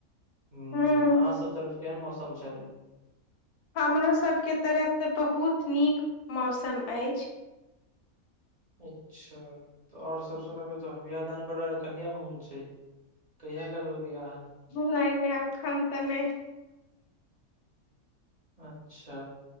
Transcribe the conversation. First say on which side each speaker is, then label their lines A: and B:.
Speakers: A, on the right; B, on the left.
A: अहाँसभ
B: हूँ
A: तरफ केहन मौसम छलै
B: हमरो सबके तरफ तऽ बहुत नीक मौसम अछि
A: अच्छा तऽ आओर सब सु नबियौ तहन बियाह दान करै कहिया मोन छै कहिया करबै बियाह
B: नहि नहि आखान त नहि
A: अच्छा